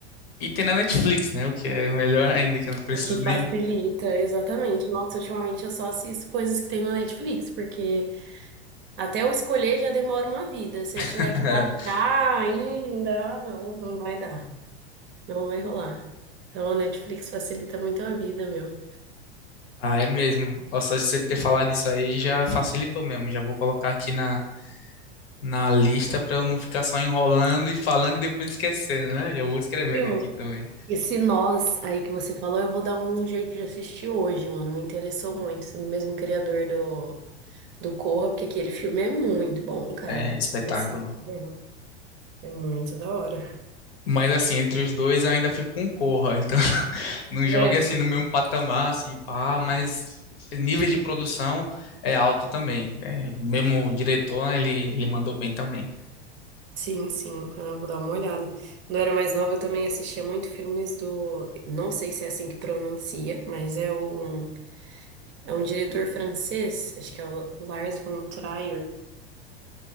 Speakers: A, on the left; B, on the right.
A: E tem na Netflix, né? O que é melhor ainda, que eu não preciso
B: O que
A: nem.
B: facilita, exatamente. Nossa, ultimamente eu só assisto coisas que tem na Netflix, porque Até eu escolher já demora uma vida. Se eu
A: <laughs>
B: tiver que baixar ainda, ah, não, não vai dar. Não vai rolar. Então a Netflix facilita muito a vida, meu.
A: Ah, é mesmo. Ó, Só de você ter falado isso aí já facilitou mesmo. Já vou colocar aqui na, na lista para eu não ficar só enrolando e falando e depois esquecendo, né? Já vou escrevendo
B: Viu?
A: aqui também.
B: Esse Nós aí que você falou, eu vou dar um jeito de assistir hoje, mano. Me interessou muito, sendo o mesmo criador do, do Corra, porque aquele filme é muito bom, cara.
A: É, espetáculo.
B: Nossa, é, é muito da hora.
A: Mas assim, entre os dois eu ainda fico com Corra. Então, <laughs> não jogue
B: É.
A: assim no mesmo patamar, assim, pá, mas nível de produção é alto também. É, o mesmo diretor, ele, ele mandou bem também.
B: Sim, sim, eu vou dar uma olhada. Quando eu era mais nova, eu também assistia muito filmes do. Não sei se é assim que pronuncia, mas é um, é um diretor francês, acho que é o Lars von Trier.